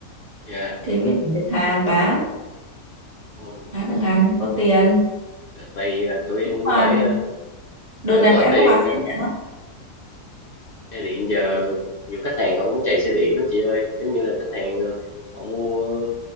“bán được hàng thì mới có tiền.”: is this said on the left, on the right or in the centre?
Right